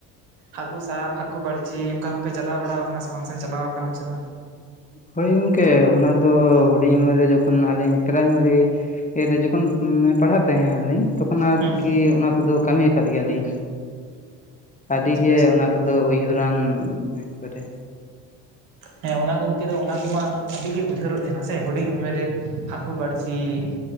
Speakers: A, on the right (about 70°); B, on the left (about 15°).
A: ᱦᱟᱹᱠᱩ ᱥᱟᱵ, ᱦᱟᱹᱠᱩ ᱵᱟᱹᱲᱪᱤ ᱚᱱᱠᱟ ᱠᱚᱯᱮ ᱪᱟᱞᱟᱣ ᱵᱟᱲᱟ ᱟᱠᱟᱱᱟ ᱥᱮ ᱵᱟᱝ ᱥᱮᱢ ᱪᱟᱞᱟᱣ ᱟᱠᱟᱱᱟᱢ ᱥᱮ ᱵᱟᱝ?
B: ᱦᱳᱭ ᱜᱚᱝᱠᱮ ᱚᱱᱟ ᱫᱚ ᱦᱩᱰᱤᱧ ᱩᱢᱮᱨ ᱨᱮ ᱡᱚᱠᱷᱚᱱ ᱟᱹᱞᱤᱧ ᱯᱨᱮᱨᱟᱭᱢᱟᱨᱤ <unintelligible> ᱨᱮ ᱡᱚᱠᱷᱚᱱ ᱯᱟᱲᱦᱟᱜ ᱛᱟᱦᱮᱸᱱ ᱦᱟᱸᱜ ᱞᱤᱧ ᱛᱚᱠᱷᱚᱱ ᱟᱨᱠᱤ
A: ᱦᱩᱸ ᱦᱩᱸ
B: ᱚᱱᱟ ᱠᱚᱫᱚ ᱠᱟᱹᱢᱤ ᱟᱠᱟᱫ ᱜᱮᱭᱟᱞᱤᱧ᱾ ᱟᱹᱰᱤ
A: ᱟᱪᱪᱷᱟ
B: ᱜᱮ
A: ᱵᱮᱥ ᱱᱟᱯᱟᱭ
B: ᱚᱱᱟ ᱠᱚᱫᱚ
A: ᱜᱮ
B: ᱩᱭᱦᱩᱨᱟᱱ ᱮᱠᱟᱨᱮ᱾
A: ᱦᱮᱸ ᱚᱱᱟ ᱜᱚᱢᱠᱮ ᱫᱚ ᱚᱱᱟ ᱠᱚᱢᱟ ᱟᱹᱰᱤᱜᱮ ᱩᱭᱦᱟᱹᱨᱚᱜ ᱛᱟᱦᱮᱱᱟ ᱥᱮ ᱦᱩᱰᱤᱧ ᱩᱢᱮᱨ ᱨᱮ ᱦᱟᱹᱠᱩ ᱵᱟᱹᱲᱥᱤ, <inaudible>